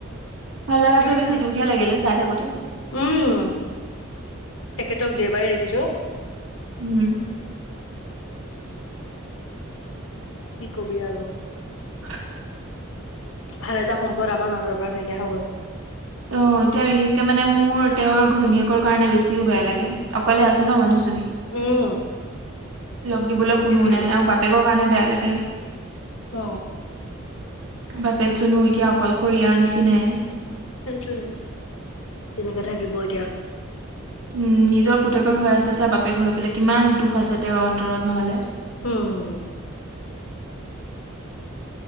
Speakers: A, on the right (about 75°); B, on the left (about 70°).
A: ভাল লগাকে
B: সেয়াই
A: বেছি দুখহে লাগিলে চাই থাকোতে।
B: উম তেখেতক যেবাৰে দেখিছোঁ।
A: উম।
B: কি কবি আৰু,
A: <inaudible>
B: ভাল এটা সম্পদ আমাৰ মাজৰ পৰা নাইকিয়া হৈ গ'ল।
A: অঁ এতিয়া বিশেষকে মানে মোৰ তেওঁৰ ঘৈণীয়েকৰ কাৰণে বেছিও বেয়া লাগে অকলে আছে ন মানুহজনী।
B: উম।
A: লগ দিবলৈ কোনো
B: সেইটোৱে।
A: নাই আৰু বাপেকৰ কাৰণে বেয়া লাগে।
B: অ'।
A: বাপেকজনো এতিয়া অকলশৰীয়া নিচিনাই।
B: সেইটোয়েই কেনেকে থাকিব এতিয়া।
A: উম, নিজৰ পুতেকক হেৰাইছে চা, বাপেক হৈ পেলাই কিমান দুখ আছে তেওঁৰ অন্তৰত নহলে।
B: হোম।